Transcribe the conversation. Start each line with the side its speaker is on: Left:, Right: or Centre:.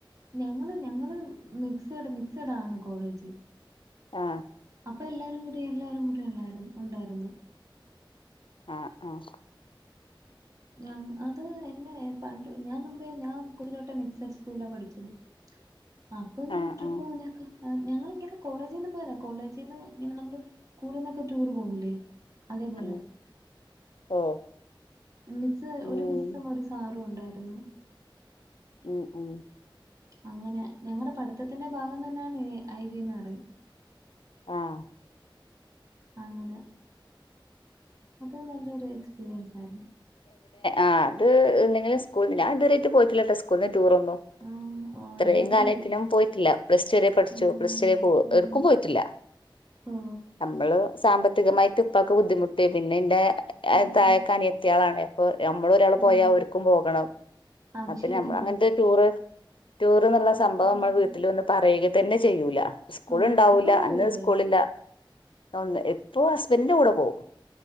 Right: ഞങ്ങള് ഞങ്ങള് മിക്സഡ് മിക്സടാണ് കോളേജ്
Left: ആ
Right: അപ്പോ എല്ലാരും കൂടി എല്ലാരും കൂടി ഉണ്ടായി ഉണ്ടായിരുന്നു
Left: ആഹ് ആഹ്
Right: ഞ അത് എന്നെ പണ്ട് ഞാൻ മുമ്പേ ഞാൻ കുതിരവട്ടം മിക്സഡ് സ്കൂളിലാ പഠിച്ചത് അപ്പോ
Left: ആഹ്
Right: ട്രിപ്പ്
Left: ആഹ്
Right: പോകുന്നക്കെ ഞങ്ങള് ഇങ്ങനെ - കോളേജിന്ന് പോയതാ കോളേജിന്ന് ഇങ്ങനെ നമ്മള് സ്കൂളിൽന്നൊക്കെ ടൂറ് പോകൂല്ലേ അതേപോലെ
Left: അങ്ങ് ഓ
Right: മിസ്സ്
Left: ഉം
Right: ഒരു മിസ്സും ഒരു സാറും ഉണ്ടായിരുന്നു ആന്ന <unintelligible>
Left: ഉം ഉം
Right: അങ്ങനെ ഞങ്ങളടെ പഠിത്തത്തിന്റെ ഭാഗം തന്നെയാണ് ഐബിന്ന് പറയും
Left: ആഹ്
Right: അങ്ങനെ അത് നല്ലൊരു എക്സ്പീരിയൻസായിരുന്നു
Left: ആ അത് നിങ്ങൾ സ്കൂൽന്ന് ഞാൻ ഇതുവരെ ആയിട്ട് പോയിട്ടല്ലട്ടോ സ്കൂൾന്ന്- ടൂർ ന്നും
Right: ആ ഓ
Left: ഇത്രയും
Right: എന്നെ ഇവിടെ
Left: കാലത്തിലും പോയിട്ടില്ല പ്ലസ്ടു വരെ പഠിച്ചു
Right: ഓ
Left: പ്ലസ്ടു വരെ പോ ഉം
Right: ഓ
Left: എവിട്ക്കും പോയിട്ടില്ല
Right: ഓ
Left: നമ്മള് സാമ്പത്തികമായിട്ട്- ഉപ്പാക്ക് ബുദ്ധിമുട്ട് പിന്നെ എന്റെ- ഏഹ്
Right: ഉം
Left: താഴേക്കനിയത്തിയേളാണ്. ഞമ്മളൊരാള്
Right: ഓ
Left: പോയാ ഓര്ക്കും പോകണം.
Right: അത്
Left: അപ്പ
Right: ശരിയാണ്
Left: ഞമ്മളങ്ങൻത്തെ ടൂറ് ടൂ റ്ന്ന്ള്ള സംഭവം
Right: ഉം
Left: മ്മള വീട്ടില് വന്ന് പറയുകേ തന്നെ ചെയ്യൂല സ്കൂളിണ്ടാവൂല്ല
Right: ഓ ഇപ്പം പോവൂലേ
Left: അന്ന് സ്കൂളില്ല. ഒന്ന് ഇപ്പോ ഹസ്ബൻഡിന്റെ കൂടെ പോവും.